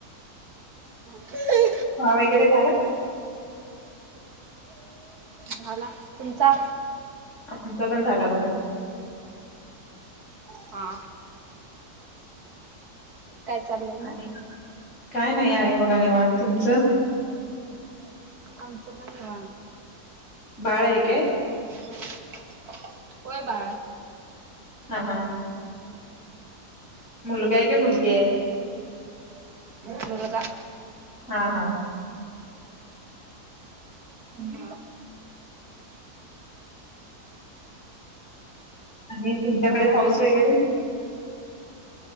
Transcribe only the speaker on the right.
कि
झाला तुमचा
हा काय चाललंय मग
आमचं पण निवांत
ह होय. बाळ हाय.
मुलगा.
ह
आमच्याकडे